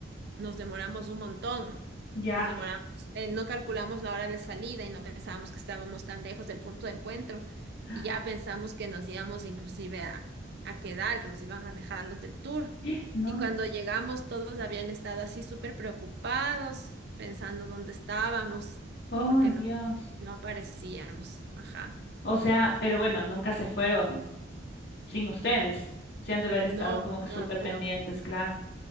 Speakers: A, on the right (about 55°); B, on the left (about 60°).
A: nos demoramos un montón.
B: Ya,
A: Nos demoramos,
B: eh,
A: eh, no calculamos la hora de salida y no pensábamos que estábamos tan lejos del punto de encuentro.
B: <gasps> ah,
A: Y ya pensamos que nos íbamos inclusive a, a quedar, que nos iban a dejar los del tour.
B: eh, no,
A: Y cuando llegamos, todos habían estado así súper preocupados, pensando dónde estábamos,
B: ay
A: porque no,
B: Dios.
A: no aparecíamos. Ajá.
B: O sea, pero bueno, nunca se fueron sin ustedes. Se han de haber estado
A: No,
B: como que
A: no,
B: súper
A: no.
B: pendientes, claro.